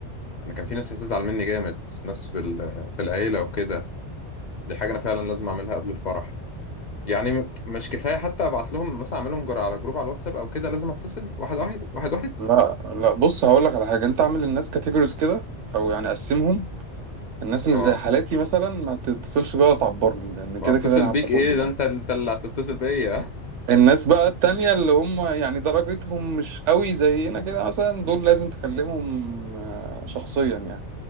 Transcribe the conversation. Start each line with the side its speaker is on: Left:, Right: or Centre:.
Left: انا كان في ناس هتزعل مني جامد ناس في ال- في العيله وكده دي حاجه انا فعلا لازم اعملها قبل الفرح يعني م- مش كفايه حتى ابعت لهم مثلا اعملهم جر على جروب على الواتساب او كده لازم اتصل واحد واحد واحد واحد
Right: لا لا بص هقول لك على حاجه انت اعمل للناس كاتيجوريز كده او يعني قسمهم الناس اللي
Left: اه
Right: زي حالاتي مثلا ما تتصلش بيها وتعبرني لان
Left: ما
Right: كده
Left: اتصل
Right: كده انا
Left: بيك
Right: هبقى فوق
Left: ايه
Right: دماغي
Left: ده انت انت اللي هتتصل بيا
Right: الناس بقى التانية اللي هم يعني درجتهم مش قوي زينا كده مثلا دول لازم تكلمهم آه، شخصيا يعني